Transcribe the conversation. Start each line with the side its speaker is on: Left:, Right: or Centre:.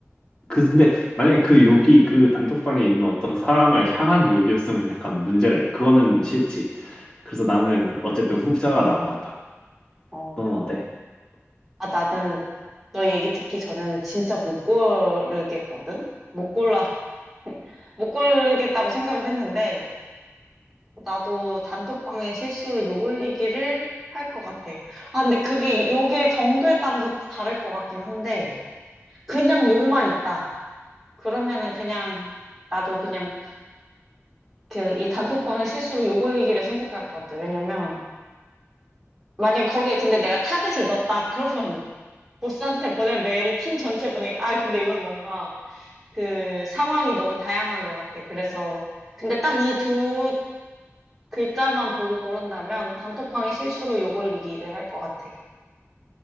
Left: 그 근데 만약에 그 욕이 그 단톡방에 있는 어떤 사람을 향한 욕이었으면 약간 문제가 있- 그거는 싫지. 그래서 나는 어쨌든 후자가 나은 것 같아.
Centre: 어.
Left: 너는 어때?
Centre: 아, 나는 너 얘기 듣기 전에는 진짜 못 고르겠거든? 못 골라, <laughs> 못 고르겠다고 생각을 했는데, 나도 단톡방에 실수로 욕 올리기를 할 것 같아. 아, 근데 그게 욕의 정도에 따라서 또 다를 것 같긴 한데, 그냥 욕만 있다. 그러면은 그냥, 나도 그냥 그 이 단톡방에 실수로 욕 올리기를 선택할 것 같아. 왜냐면, 만약에 거기에 근데 내가 타겟을 넣었다. 그러면 보스한테 보낼 메일을 팀 전체 보내기. 아, 근데 이건 뭔가 그 상황이 너무 다양한 것 같아. 그래서 근데 딱 이 두 글자만 보고 고른다면 단톡방에 실수로 욕 올리기를 할 것 같아.